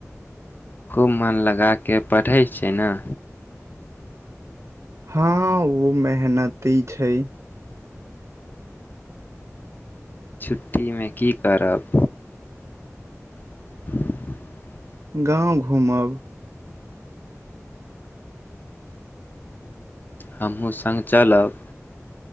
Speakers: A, on the left; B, on the right.
A: खूब मन लगा के पढ़ै छै ने?
B: हँ हं ओ मेहनती छै।
A: छुट्टीमे की करब? <inaudible>
B: गाँव घुमब।
A: हमहूँ संग चलब।